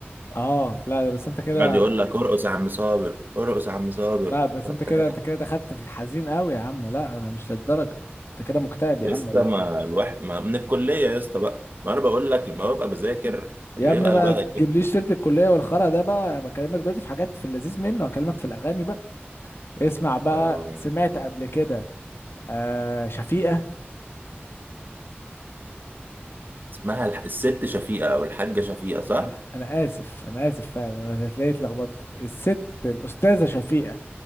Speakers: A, on the left; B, on the right.
A: اه لا بس انت كده
B: يقعد يقول لك ارقص يا عم صابر ارقص يا عم صابر
A: لا بس
B: بتاع-
A: انت
B: بتاع.
A: كده انت كده دخلت في الحزين قوي يا عم لا انا مش للدرجه انت كده مكتئب يا
B: يا
A: عم
B: اسطى
A: ولا
B: ما
A: ايه
B: الواحد ما من الكليه يا اسطى بقى ما انا بقول لك لما ببقى بذاكر
A: يا
B: بيبقى
A: ابني ما
B: بقى
A: تجيبليش
B: ايه
A: سيره الكليه والخرا ده بقى انا بكلمك دلوقتي في حاجات في اللذيذ منه هكلمك في الاغاني بقى اسمع بقى
B: آه،
A: سمعت قبل كده آه شفيقه
B: اسمها الح- الست شفيقه او الحاجه شفيقه صح
A: انا انا اسف انا اسف فعلا انا هتلاقي اتلخبطت الست الاستاذه شفيقه